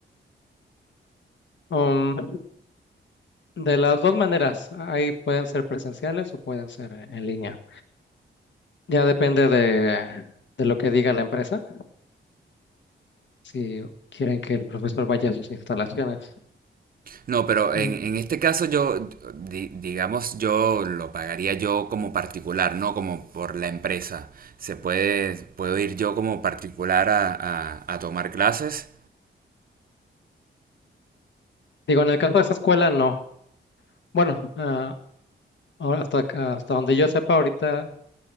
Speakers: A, on the left; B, on the right.
A: Um, de las dos maneras, ahí pueden ser presenciales o pueden ser eh, en línea. Ya depende de, de lo que diga la empresa, si quieren que el profesor vaya a sus instalaciones.
B: No, pero en,
A: Mm,
B: en este caso yo, di- digamos, yo lo pagaría yo como particular, no como por la empresa. Se puede, puedo ir yo como particular a, a- a tomar clases
A: Digo, en el caso de esa escuela, no. Bueno, ah, ahora hasta, hasta donde yo sepa, ahorita